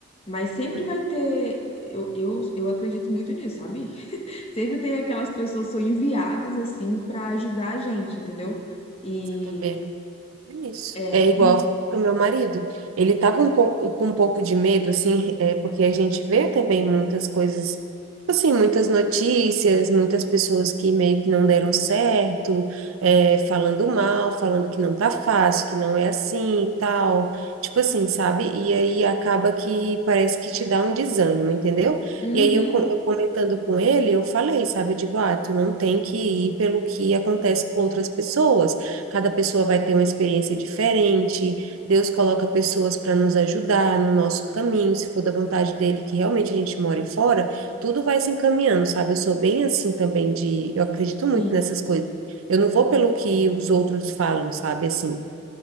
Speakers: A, on the left; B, on the right.
A: mas sempre
B: Uhum.
A: vai ter, eu, eu, eu acredito muito nisso, sabe? <laughs> Sempre tem aquelas pessoas que são enviadas assim para ajudar a gente, entendeu? E,
B: Mas eu também acredito muito nisso.
A: é,
B: É igual
A: e-
B: pro meu marido. Ele tava um pouco com um pouco de medo, assim, é porque a gente vê também muitas coisas, tipo assim, muitas notícias, muitas pessoas que meio que não deram certo, é, falando mal, falando que não tá fácil, que não é assim e tal. Tipo assim, sabe? E aí acaba que parece que te dá um desânimo, entendeu?
A: Uhum,
B: E aí eu, co- eu comentando com ele, eu falei, sabe? Eu digo, ah, tu não tem que ir pelo que acontece com outras pessoas. Cada pessoa vai ter uma experiência diferente. Deus coloca pessoas para nos ajudar no nosso caminho, se for da vontade dele que realmente a gente more fora, tudo vai se encaminhando, sabe? Eu sou bem assim também de, eu acredito
A: Sim,
B: muito nessas coisas. Eu não vou pelo que os outros falam, sabe assim.